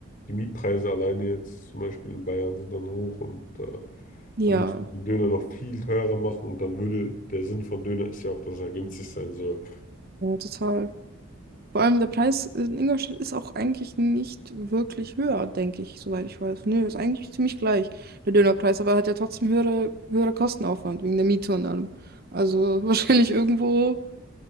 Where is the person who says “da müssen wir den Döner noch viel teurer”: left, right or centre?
Left